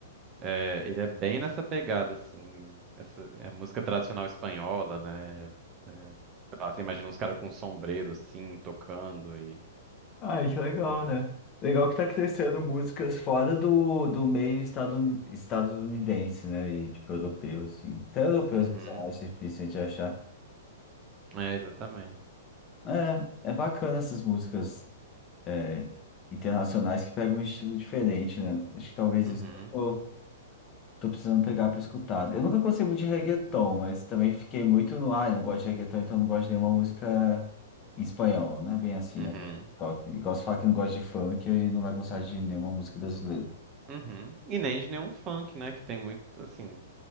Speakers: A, on the right; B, on the left.
A: É, ele é bem nessa pegada, assim, essa é música tradicional espanhola, né? É, sei lá, você imagina uns caras com um sombreiro, assim, tocando e...
B: Ai, que legal,
A: Uhum,
B: né? Legal que tá crescendo músicas fora do, do meio estaduni- estadunidense, né? E tipo, europeu, assim. Até europeus
A: Uhum.
B: isso é mais difícil de achar.
A: é, exatamente.
B: É, é bacana essas músicas é, internacionais que pegam um estilo diferente, né? Acho que talvez
A: Uhum,
B: isso eu tô, tô precisando pegar para escutar. Eu nunca gostei muito de reggaeton, mas também fiquei muito no, ar. ah, eu não gosto de reggaeton, então eu não gosto de nenhuma música em espanhol, né? Bem assim,
A: uhum,
B: né? Toque. Gosto de falar que não gosta de funk e não vai gostar de nenhuma música brasileira.
A: uhum. E nem de nenhum funk, né? Que tem muito, assim...